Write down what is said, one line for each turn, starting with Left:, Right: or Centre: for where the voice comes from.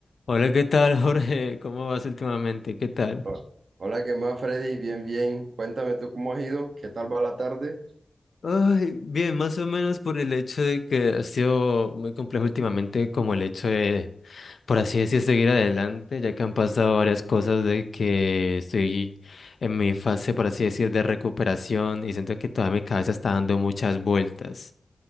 Left: Hola, ¿qué tal, <laughs> Jorge? ¿Cómo vas últimamente? ¿Qué tal?
Right: Ho- Hola, ¿qué más, Freddy? Bien, bien. Cuéntame tú cómo has ido, qué tal va la tarde
Left: Ay, bien, más o menos por el hecho de que ha sido muy complejo últimamente, como el hecho de, por así decir, seguir adelante, ya que han pasado varias cosas de que estoy en mi fase, por así decir, de recuperación y siento que toda mi cabeza está dando muchas vueltas.